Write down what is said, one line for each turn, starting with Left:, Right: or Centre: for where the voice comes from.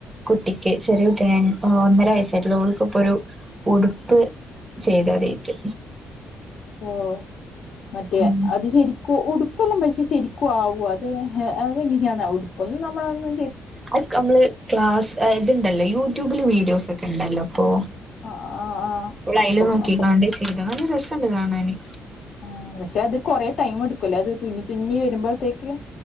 Right: കുട്ടിക്ക് ചെറിയ കുട്ട്യനെണ് ഒന്നര വയസ്സായിട്ടൊള്ളു ഓൾക്കിപ്പൊരു ഉടുപ്പ്. ചെയ്ത് അതെയ്റ്റ്.
Left: ഓഹ് മറ്റേ
Right: ഉം
Left: അത് ശെരി. ക്ക് ഉടുപ്പല്ലാ പക്ഷേ ശരിക്കും ആവോ അത് അതെങ്ങനെയാന്ന് ഉടുപ്പൊന്നും നമ്മളന്ന്.
Right: അഹ്‌ക് മ്മള് ക്ലാസ് ഏ ത്ണ്ടല്ലോ യൂട്യൂബില് വീഡിയോസ് ഒക്കെ ഉണ്ടല്ലോ പ്പൊ.
Left: ആഹ് ആഹ് ആഹ്
Right: ഓളൈല് നോക്കികാണ്ട്
Left: ആഹ്
Right: ചെയ്താ നല്ല രസണ്ട് കാണാന്.
Left: ആഹ് പക്ഷെ അത് കൊറെ ടൈം എടുക്കുലെ അത് തുന്നി തുന്നി വരുമ്പോഴത്തേക്ക്.